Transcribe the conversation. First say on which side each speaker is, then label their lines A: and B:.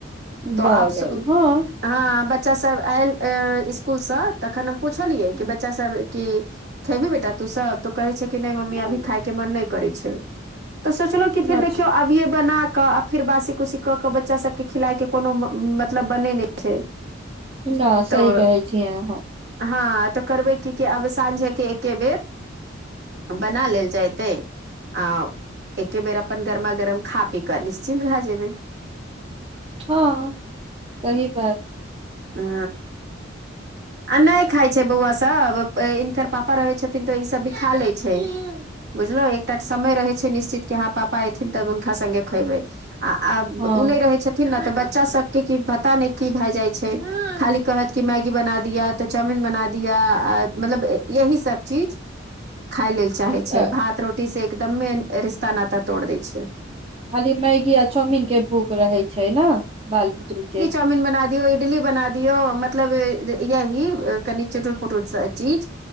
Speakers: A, on the right; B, on the right.
A: तऽ
B: भऽ
A: आब
B: गेल हँ
A: हँ, बच्चा सब आयल स्कूल से, तखन हम पूछलियै, कि
B: हँ
A: बच्चा सब क खेबी बेटा तूसब तो कहे छै कि नहि मम्मी
B: हँ
A: अभी खाय के मन नहि करै छै। तऽ सोचलो कि फिर
B: अच्छा
A: देखियौ अबिये बना का फिर बासी -कुसी कऽ के बच्चा सब के खिलाय के कोनो मतलब बने नहि छै।
B: न सी
A: तऽ
B: कहै छीय अहहँ!
A: हँ, तऽ करबै क कि, आब साँझेके एके बेर। बना लेल जतै। अ एके बेर अपन गरमा -गरम खा पी कऽ निश्चिन्त भए जेबै।
B: हँ सही बात।
A: हु। आ नहि खाइ छै बौआ सब, हिनकर पापा रहै छथिन तऽ ई सब भी खा ले छै। बुझलहु, एकटा समय रहै छै निश्चित के यहाँ पापा एयथिन तब हुनका सङ्गे खेबै। आ ओ
B: हँ
A: नहि रहै छथि। न न तऽ बच्चा सब के कि पता नहि की भए जाय छै, खाली कहत की मैगी बना दे। दिया तऽ चाउमिन बना दिय, मतलब यही सब चीज। खाय लेल चाहै छै,
B: अ
A: भात -रोटी से एकदममे रिश्ता नाता तोड़ दै छै।
B: खाली मैगी आ चाउमीन के भूख रहे छै ने, बाल बुतरु के।
A: चाउमीन बना दियऔ, इडली बना दियो, मतलब य ही कनि चटुट- पटुट चीज।